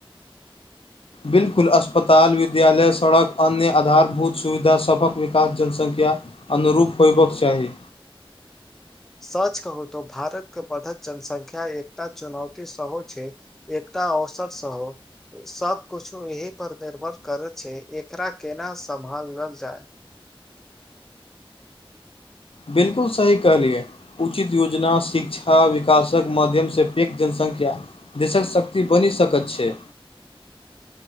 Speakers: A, on the left; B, in the centre.
A: बिलकुल अस्पताल विद्यालय सड़क अन्य आधारभूत सुविधा सभक विकास जनसंख्या अनुरूप होयबाक चाही
B: सच कहू त भारतके बधत जनसंख्य एकता चुनौती सेहोहो छै एकटा अवसर सेहो सब कुछो एहि पर निर्भर करैत छै एकरा केना सम्भालल जाय
A: बिलकुल सही कहलियए उचित योजना शिक्षा विकासक माध्यमसँ पैघ जनसंख्या देशक शक्ति बनि सकैत छै